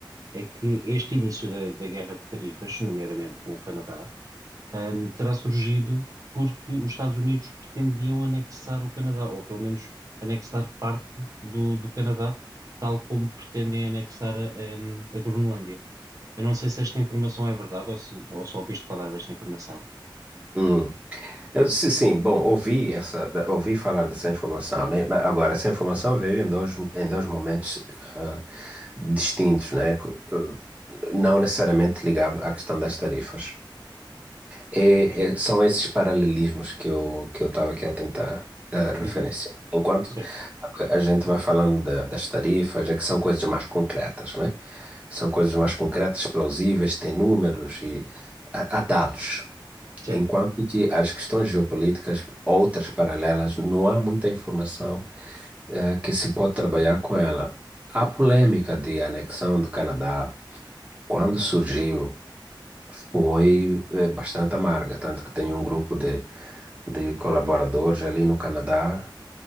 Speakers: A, on the right (about 40°); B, on the right (about 15°).
A: é que este início da, da guerra de tarifas, nomeadamente com o Canadá, ahm, terá surgido porque os Estados Unidos pretendiam anexar o Canadá, ou pelo menos anexar parte do, do Canadá, tal como pretendem anexar a, ahm, a Groenlândia. Eu não sei se esta informação é verdade ou, se, ou só ouviste falar desta informação.
B: Hum, Eu disse, sim, bom, ouvi essa, da- ouvi falar dessa informação, né? Mas Agora, essa informação veio em dois, em dois momentos ah, distintos, né? Co- ah, Não necessariamente ligado à questão das tarifas. É,
A: Ok.
B: é- são esses paralelismos que eu que eu estava aqui a tentar ah, referenciar.
A: Uhum.
B: Enquanto
A: Certo,
B: a, a gente vai falando da- das tarifas, é que são coisas mais concretas, né? São coisas mais concretas, plausíveis, têm números e há há dados.
A: certo,
B: Enquanto que as questões geopolíticas, outras paralelas, não há muita informação eh, que se pode trabalhar com ela. A polêmica de anexão do Canadá, quando surgiu, foi eh, bastante amarga, tanto que tem um grupo de, de colaboradores ali no Canadá